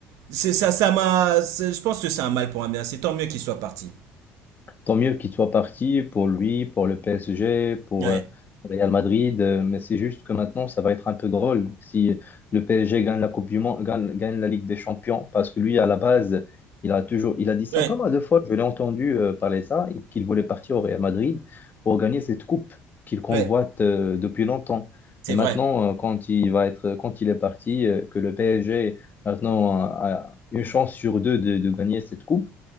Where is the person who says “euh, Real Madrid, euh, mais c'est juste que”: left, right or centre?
Left